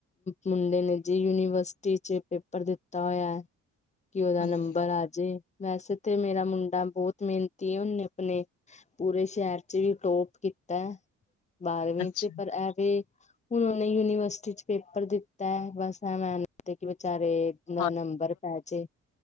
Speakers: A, on the left (about 25°); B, on the left (about 75°).
A: ਮੁੰਡੇ ਨੇ ਜੇ ਯੂਨੀਵਰਸਿਟੀ ਚ ਪੇਪਰ ਦਿੱਤਾ ਹੋਇਆ ਕਿ ਉਹਦਾ
B: ਹਾਂਜੀ
A: ਨੰਬਰ ਆਜੇ ਵੈਸੇ ਤੇ ਮੇਰਾ ਮੁੰਡਾ ਬਹੁਤ ਮਿਹਨਤੀ ਹੁੰਨੇ ਆਪਣੇ ਪੂਰੇ ਸ਼ਹਿਰ ਚ ਵੀ ਟੋਪ ਕੀਤਾ ਬਾਰਵੀਂ
B: ਅੱਛਾ
A: ਚ ਪਰ ਐਵੇਂ ਹੁਣ ਉਹਨੇ ਯੂਨੀਵਰਸਿਟੀ ਚ ਪੇਪਰ ਦਿੱਤਾ ਹੈ ਬਸ ਐਵੇਂ ਕਿ ਵਿਚਾਰੇ ਦਾ
B: ਹਾਂ
A: ਨੰਬਰ ਪੈ ਜੇ